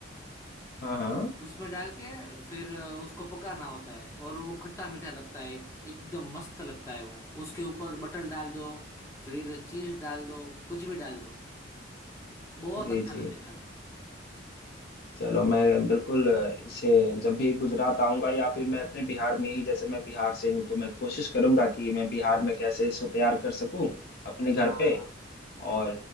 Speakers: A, on the left (about 50°); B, on the left (about 15°).
A: हाँ हाँ
B: उसमें डाल के फिर अ, उसको पकाना होता है और वो खट्टा मीठा लगता है एक, एकदम मस्त लगता है वो उसके ऊपर बटर डाल दो फिर चीज डाल दो कुछ भी डाल दो बहुत
A: जी
B: अच्छा
A: जी
B: लगेगा
A: चलो मैं बिल्कुल इसे जब भी गुजरात आऊंगा या फिर मैं अपने बिहार में ही जैसे मैं बिहार से हूँ तो मैं कोशिश करूंगा कि मैं बिहार में कैसे इसको तैयार कर सकूं अपने घर
B: हाँ
A: पे और